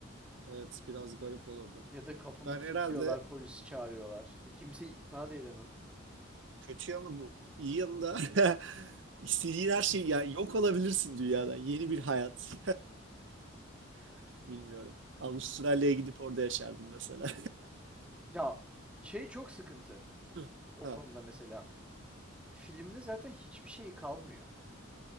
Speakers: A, on the right; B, in the centre.
A: evet biraz garip olurdu.
B: Ya da kapımı
A: Ben
B: kilitliyorlar,
A: herhalde
B: polisi çağırıyorlar. E, kimseyi ikna da edemem.
A: kötü yanı bu. İyi yanı da <laughs> istediğin her şey yani yok olabilirsin dünyada. Yeni bir hayat. <laughs> Bilmiyorum. Avustralya'ya gidip orada yaşardım mesela.
B: Ya şey çok sıkıntı
A: <laughs>
B: o
A: Ha.
B: konuda mesela. Filmde zaten hiçbir şey kalmıyor.